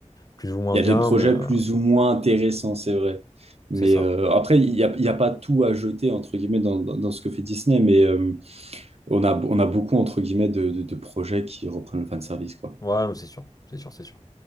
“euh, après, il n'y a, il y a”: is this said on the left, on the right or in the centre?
Right